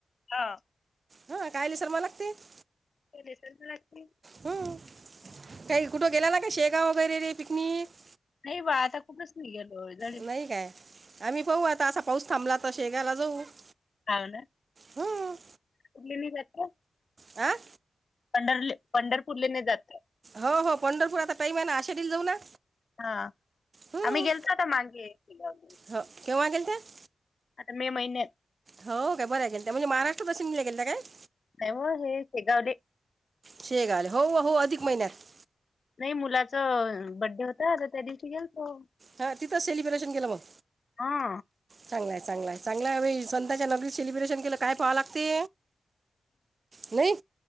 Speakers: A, on the left; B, on the right.
A: हा
B: हा कायली शर्मा लागती <inaudible>
A: फ लागतील <unintelligible>
B: हम्म <inaudible> काही कुठं गेलाला काय शेगाव वगैरे रे पिकनिक <inaudible>
A: नाही बा आता कुठच हो गलो <unintelligible>
B: नाही काय आम्ही पाऊ आता असा पाऊस थांबला तर शेगायला जाऊ <inaudible>
A: अा ना <unintelligible>
B: हम्म
A: कुठले नाही जात का
B: <inaudible> आं
A: पंढरले- पंढरपूरले नाही जात काय?
B: हो -हो पंढरपूर आता टाइम आहे ना आशेडीला जाऊ ना
A: हा
B: हं.
A: आम्ही गेलतो आता मागे. <unintelligible>
B: हो केव्हा गेलते? <inaudible>
A: आता मे महिन्यात.
B: हो <inaudible> काय बरय गेलत्या म्हणजे महाराष्ट्र बस नी गेल त्या काय? <inaudible>
A: नाहीवो हे शेगावले.
B: शेगावले हो -हो अधिक महिन्यात. <inaudible>
A: नाही मुलाच बड्डे होता त त्या दिवशी गेलतो.
B: हा तिथं सेलिब्रेशन केलं मग?
A: हा
B: चांगलय -चांगलय -चांगलय बाई संताच्या नगरीत सेलिब्रेशन केलं काय <inaudible> पोहा लागते. नाही